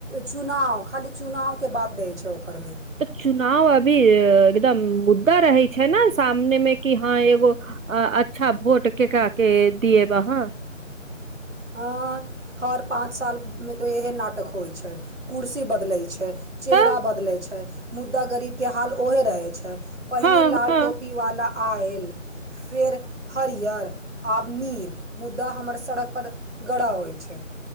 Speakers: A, on the right; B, on the right.
A: चुनाव खाली चुनाव के बात दै छै ओकरमे
B: तऽ चुनाव अभी एकदम मुद् त रहे छै न सामने में कि हँ एगो अच्छा वोट केकरा के दिये बा हँ
A: हँ हर पाँच मे सालमे तऽ इएहे नाटक होइ छै कुर्सी बदलैय छै चेहरा
B: तऽ
A: बदलै छै मुद्दा गरीब के हाल ओहे रहै छैय पहिने
B: हँ
A: लाल
B: हँ
A: टोपी वाला आयल फेर हरियर आब नील मुद्दा हमर सड़क पर ग्रह होइ छै